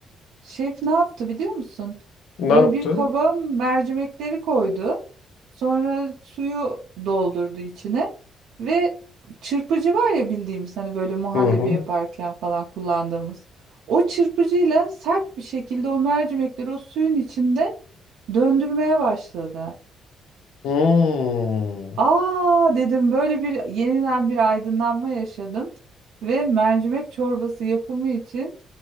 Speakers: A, on the right; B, on the left.
A: Şef ne yaptı biliyor musun?
B: Ne
A: Böyle
B: yaptı?
A: bir kaba mercimekleri koydu. Sonra suyu doldurdu içine ve çırpıcı var ya bildiğimiz hani böyle muhallebi
B: Hı hı.
A: yaparken falan kullandığımız. O çırpıcıyla sert bir şekilde o mercimekleri o suyun içinde döndürmeye başladı.
B: Hmm.
A: Aa dedim böyle bir yeniden bir aydınlanma yaşadım ve mercimek çorbası yapımı için